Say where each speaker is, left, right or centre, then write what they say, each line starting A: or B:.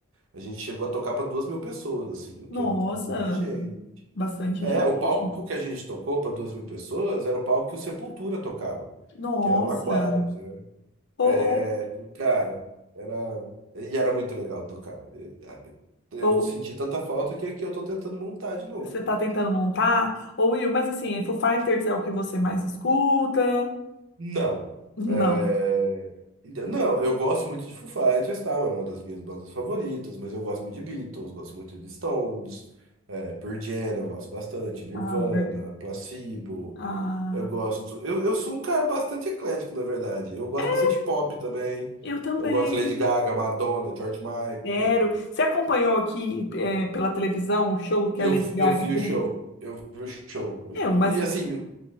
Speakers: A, on the right; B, on the left.
A: A gente chegou a tocar para duas mil pessoas, assim, o que
B: nossa,
A: é muita gente.
B: bastante
A: É,
B: gente.
A: o palco que a gente tocou para duas mil pessoas era o palco que o Sepultura tocava,
B: Nossa.
A: que era no Aquarius, né? É,
B: Ou, ou,
A: tipo, cara, era. E era muito legal tocar. Eu, eu
B: ou
A: senti tanta falta que aqui eu tô tentando montar de novo.
B: você está tentando montar? Ou Will, mas assim, é Foo Fighters é o que você mais escuta?
A: Não.
B: Não.
A: É, então, Não, eu gosto muito de Foo Fighters, tal, é uma das minhas bandas favoritas, mas eu gosto muito de Beatles, gosto muito de Stones, é, Pearl Jam, eu gosto bastante, Nirvana,
B: Ah, ver-
A: Placebo,
B: ah,
A: eu gosto... Eu, eu sou um cara bastante eclético, na verdade. Eu gosto
B: é,
A: bastante de pop também,
B: eu também.
A: eu gosto de Lady Gaga, Madonna, George Michael.
B: Sério. Você acompanhou aqui, é, pela televisão o show que
A: Eu,
B: a Lady Gaga
A: eu vi
B: fez?
A: o show, eu vi o show. eu
B: Meu,
A: vi-
B: mas
A: E assim,